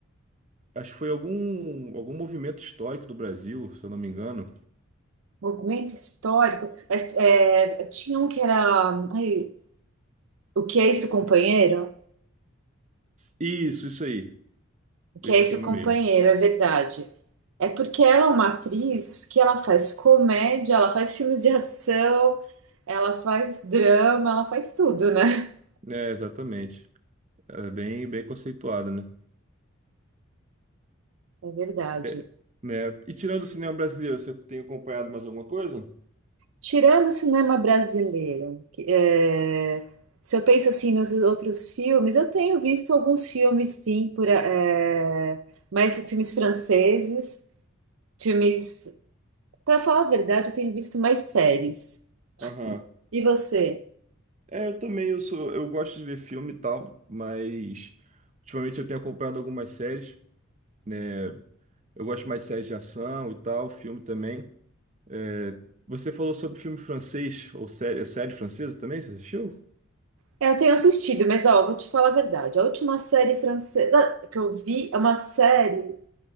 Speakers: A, on the right; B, on the right.
A: Acho que foi algum, algum movimento histórico do Brasil, se eu não me engano.
B: Movimento histórico. Mas é, tinha um que era. ai, o que é isso, companheiro?
A: Isso, isso aí,
B: O Que
A: desse
B: é isso,
A: filme
B: companheiro,
A: mesmo.
B: é verdade. É porque ela é uma atriz que ela faz comédia, ela faz filme de ação, ela faz drama, ela faz tudo, né? <laughs>
A: É, exatamente. É bem, bem conceituado, né?
B: É verdade.
A: É, né? E tirando o cinema brasileiro, você tem acompanhado mais alguma coisa?
B: Tirando o cinema brasileiro, que, é, se eu penso assim nos outros filmes, eu tenho visto alguns filmes, sim, por, é, mais filmes franceses, filmes. Para falar a verdade, eu tenho visto mais séries.
A: Aham.
B: E você?
A: É, eu também, eu sou, eu gosto de ver filme e tal, mas ultimamente eu tenho acompanhado algumas séries, né? Eu gosto mais de séries de ação e tal, filme também. É, você falou sobre filme francês, ou série, é série francesa também? Você assistiu?
B: É, Eu tenho assistido, mas ó, vou te falar a verdade. A última série francesa que eu vi é uma série.